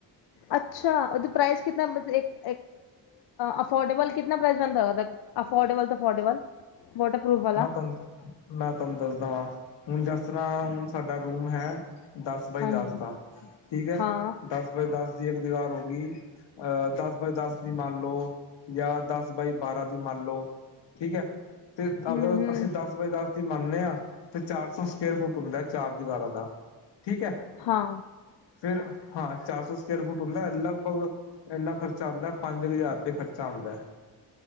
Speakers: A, on the left (about 65°); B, on the left (about 85°).
A: ਅੱਛਾ ਉਹਦੀ ਪ੍ਰਾਈਜ਼ ਕਿਨਾ? ਮਤਲਬ ਅਫੋਰਡੇਬਲ ਕਿਨਾ ਪ੍ਰਾਈਜ਼ ਬਣਦਾ ਉਹਦਾ? ਅਫੋਰਡੇਬਲ ਤਾਂ ਅਫੋਰਡੇਬਲ ਵੋਟਰਪੂਫ ਵਾਲਾ।
B: ਮੈਂ ਤੁਹਾਨੂੰ ਮੈਂ ਤੁਹਾਨੂੰ ਦੱਸਦਾ ਵਾਂ ਹੁਣ ਜਿਸ ਤਰ੍ਹਾਂ ਹੁਣ ਸਾਡਾ ਰੂਮ ਹੈ। ਦਸ, ਬਾਏ
A: ਹਾਂਜੀ
B: ਦਸ, ਦਾ ਠੀਕ ਹੈ
A: ਹਾਂ
B: ਦਸ ਬਾਏ ਦਸ ਦੀ ਇੱਕ ਦੀਵਾਰ ਹੋ ਗਈ। ਅਹ ਦਸ ਬਾਏ ਦਸ ਦੀ ਮੰਨ ਲਓ ਜਾਂ ਦਸ ਬਾਏ ਬਾਰਾਂ ਦੀ ਮੰਨ ਲਓ ਠੀਕ ਹੈ ਤੇ
A: ਹੂੰ
B: ਅਗਰ
A: ਹੂੰ
B: ਅਸੀਂ ਦਸ ਬਾਏ ਦਸ ਦਿਨ ਮੰਨਦੇ ਹਾਂ ਤੇ ਚਾਰ ਸੌ ਸਕੇਅਰ ਫੁੱਟ ਹੁੰਦਾ ਚਾਰ ਦੀਵਾਰਾਂ ਦਾ। ਠੀਕ ਹੈ,
A: ਹਾਂ
B: ਫੇਰ ਹਾਂ ਚਾਰ ਸੌ ਸਕੇਅਰ ਫੁੱਟ। ਹੁੰਦਾ ਲਗਭਗ ਇੰਨਾ ਖਰਚਾ ਆਉਂਦਾ ਪੰਜ ਹਜ਼ਾਰ ਤੇ ਖਰਚਾ ਆਉਦਾ ਹੈ।